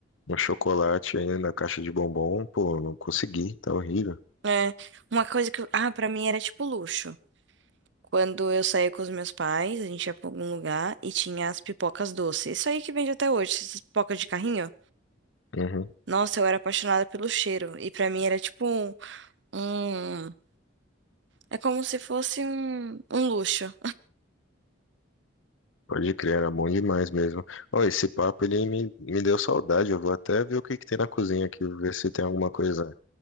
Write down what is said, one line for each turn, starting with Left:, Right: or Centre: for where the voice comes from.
Left: Um chocolate aí na caixa de bombom, pô, não consegui, tá horrível.
Right: É, uma coisa que, eu- ah, pra mim era tipo luxo. Quando eu saía com os meus pais, a gente ia pra algum lugar e tinha as pipocas doces. Isso aí que vende até hoje, essas pipocas de carrinho.
Left: Uhum,
Right: Nossa, eu era apaixonada pelo cheiro. E pra mim era tipo um, um- é como se fosse um, um luxo.
Left: pode crer, era bom demais mesmo. Ó, esse papo ele me, me deu saudade, eu vou até ver o que que tem na cozinha aqui, ver se tem alguma coisa